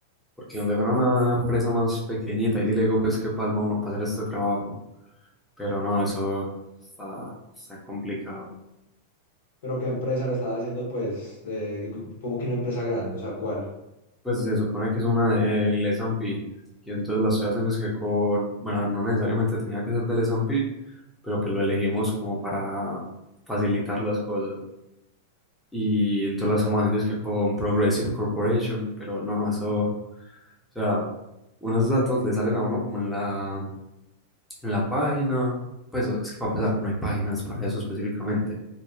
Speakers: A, in the centre; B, on the left.
A: porque donde fuera una empresa más pequeñita, y sí le digo pues qué palma uno para hacer este trabajo, pero no, eso está, está complicado.
B: Pero ¿qué empresa lo estaba haciendo, pues, de, como que una empresa grande? O sea, ¿cuál?
A: Pues se supone que es una del S&P y entonces la estoy haciendo es que con, bueno, a ver, no necesariamente tenía que ser del S&P, pero pues lo elegimos como para facilitar las cosas. y entonces la estamos haciendo es que con Progressive Corporation, pero no, eso, o sea, unos datos le salen a uno como en la, en la página, pues es que para empezar, no hay páginas para eso específicamente.